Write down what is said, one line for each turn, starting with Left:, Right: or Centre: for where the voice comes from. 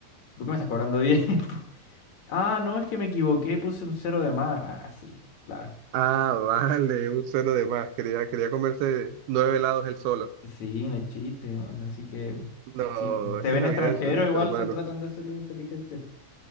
Left: ¿por qué me estás cobrando 10? <laughs> Ah, no, es que me equivoqué, puse un cero de más. Ah, sí, claro.
Right: Ah, vale, un cero de más. Quería, quería comerse nueve helados él solo.
Left: Sí, no es chiste, man, Así que,
Right: No,
Left: si te
Right: esa
Left: ven
Right: es la
Left: extranjero,
Right: vida del turista,
Left: igual
Right: hermano.
Left: se tratan de hacerlo inteligente.